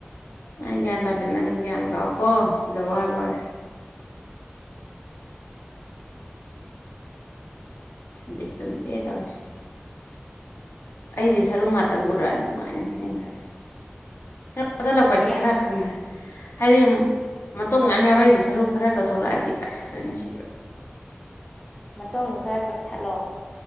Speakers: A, on the left (about 70°); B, on the left (about 20°).
A: ꯑꯩ ꯒ꯭ꯌꯥꯟ ꯇꯥꯗꯦ ꯅꯪ ꯒ꯭ꯌꯥꯟ ꯇꯥꯑꯣꯀꯣ ꯁꯤꯗ ꯋꯥ ꯂꯣꯏꯔꯦ ꯕꯤꯠꯇꯨꯝ ꯇꯦꯛ ꯑꯦ ꯇꯧꯔꯤꯁꯦ ꯑꯩꯁꯦ ꯁꯔꯨ ꯉꯥꯛꯇꯒ ꯎꯔꯛꯑ ꯗꯤ ꯅꯨꯡꯉꯥꯏꯅꯤ ꯁꯤꯅꯤ ꯑꯩꯅ ꯈꯜꯂꯤꯁꯦ ꯀꯗꯨ ꯂꯥꯛꯄꯗꯤ
B: ꯀꯔꯤ
A: ꯈꯥꯔ ꯍꯟꯊ ꯍꯥꯏꯗꯤ ꯃꯇꯣꯡ ꯌꯥꯝ ꯌꯥꯎꯔꯛꯏꯁꯦ ꯁꯔꯨ ꯈꯔꯒ ꯊꯣꯛꯂꯛꯑꯗꯤ ꯀꯥꯏꯁꯨ ꯐꯖꯅꯤ ꯁꯤ
B: ꯃꯇꯣꯡꯗꯣ ꯈꯔ ꯀꯛ ꯊꯠꯂꯣ